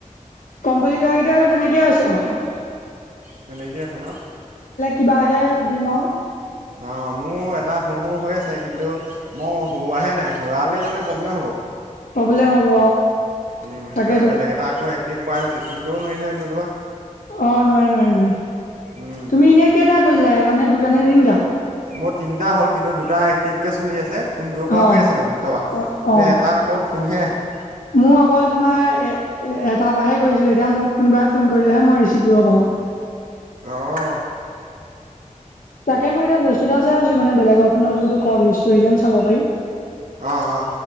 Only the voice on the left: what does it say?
কম্পলীট হোৱাকেইটা আৰু তেনেকেই আছে আৰু।
কিবাহে দিম আৰু।
প্ৰব্লেম হ'ব
তাকেতো
অ নোৱাৰি- নোৱাৰি নোৱাৰি
তুমি এনে কেইটা কৰিলা এটা নে দুটা নে তিনিটা?
অ
অ
অ
মোৰ অকল তোমাৰ এ এটাৰ পৰাহে কৰিছিলে এতিয়া মোক কোনোবাই ফোন কৰিলেহে মই ৰিচিভ কৰিব পাৰোঁ।
তাকে মই এতিয়া বস্তু এটা চাই আছিলো মানে বেলেগৰ ফোনত যোনটো কন ষ্টোৰিজিয়াম চাব পাৰি।